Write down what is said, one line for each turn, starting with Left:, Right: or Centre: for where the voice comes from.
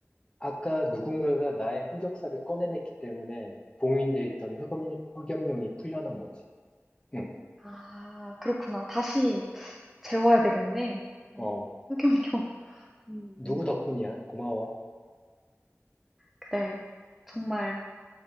Left: 아까 누군가가 나의 흑역사를 꺼내냈기 때문에 봉인돼 있던 흑염, 흑염룡이 풀려난 거지. 응,
Centre: 아, 그렇구나. 다시 재워야 되겠네. 어,
Left: 어,
Centre: 흑염룡. 음,
Left: 누구
Centre: 음.
Left: 덕분이야? 고마워.
Centre: 그래. 정말